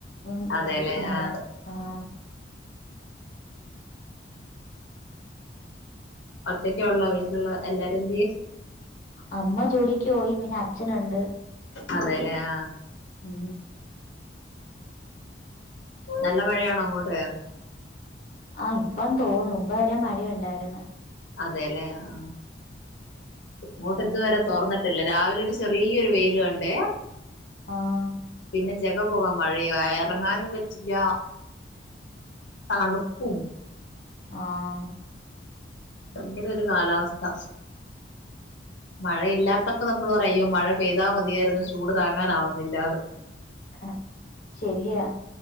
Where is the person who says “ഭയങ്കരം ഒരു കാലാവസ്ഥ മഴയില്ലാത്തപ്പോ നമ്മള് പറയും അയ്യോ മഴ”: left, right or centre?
Left